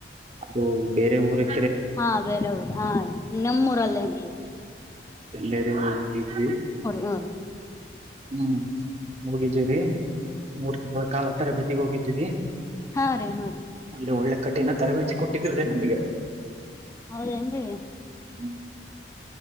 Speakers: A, on the right (about 35°); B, on the left (about 15°).
A: ಅದು ಬೇರೆ ಊರಿಗೆ
B: ಹಾ ಬೇರ ಊರು ಹಾ ನಿಮ್ಮೂರಲ್ಲೇ ಏನ್ರಿ
A: ಬೇರೆ ಊರು ಹೋಗಿದ್ವಿ
B: ಹ್ಞೂ ರೀ
A: ಹ್ಮ್ ಹೋಗಿದ್ವಿ ರೀ ಮೂರು ತಿಂಗಳ ಕಾಲ ತರಬೇತಿಗೆ ಹೋಗಿದ್ದವಿ ರಿ
B: ಹಾ ರೀ ಹ್ಞೂ ರೀ
A: ಅಲ್ಲಿ ಒಳ್ಳೆ ಕಠಿಣ ತರಬೇತಿ ಕೊಟ್ಟಿದ್ರ ರಿ ನಮಗೆ
B: ಹೌದೇನ್ರಿ
A: ಹ್ಮ್